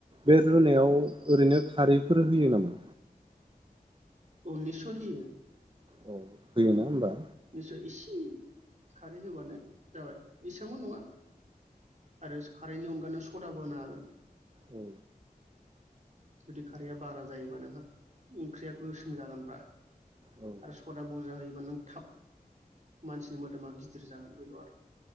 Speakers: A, on the right (about 35°); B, on the right (about 50°).
A: बे रुनायाव ओरैनो खारैफोर होयो नामा?
B: औ निसय होयो।
A: औ होयो ना होमबा
B: निस्सय इसे खारै होबानो जाबाय। एसेबांबो नङा आरो खारैनि अनगानो सदाबो होनो हागोन।
A: औ
B: जुदि खारैया बारा जायोबा नोंहा ओंख्रिया गोसोम जागोनब्रा।
A: औ
B: आरो सदा बुरजा होयो नों थाब मानसिनि मोदोमा गिदिर जागोन बेल' आरो